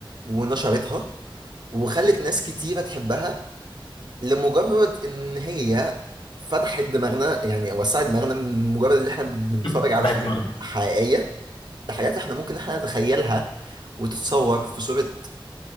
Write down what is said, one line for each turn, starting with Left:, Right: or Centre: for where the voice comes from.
Right: ونشرتها وخلت ناس كتيرة تحبها لمجرد إن هي فتحت دماغنا يعني وسعت دماغنا من مجرد إن إحنا بنتفرج
Left: <clears throat>
Right: على
Left: فتحت
Right: حاجات
Left: دماغنا
Right: حقيقية لحاجات إحنا ممكن إحنا نتخيلها وتتصور في صورة